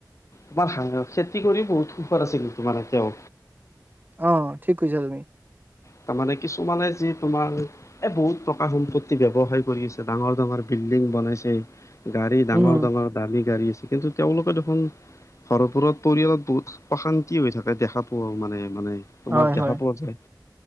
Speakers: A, on the left; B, on the right.
A: তোমাৰা <unintelligible> খেতি কৰিও বহুত সুখত আছে কিন্তু মানে তেওঁ।
B: অ', ঠিক কৈছা তুমি।
A: তাৰমানে কিছুমানে যি তোমাৰ, এ বহুত টকা সম্পত্তি ব্যৱসায় কৰি আছে ডাঙৰ ডাঙৰ বিল্ডিং বনাইছে, গাড়ী ডাঙৰ-ডাঙৰ
B: উম
A: দামী গাড়ী আছে কিন্তু তেওঁলোকে দেখোন ঘৰবোৰত পৰিয়ালত বহুত অশান্তি হৈ থাকে, দেখা পোৱা মানে-মানে তোমাৰ
B: হয়
A: দেখা
B: হয়
A: পোৱা যায়।